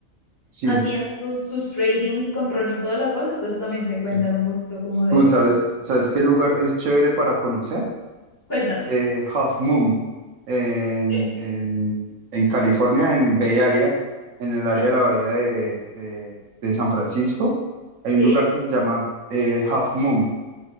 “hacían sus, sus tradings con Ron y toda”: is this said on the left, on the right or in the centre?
Left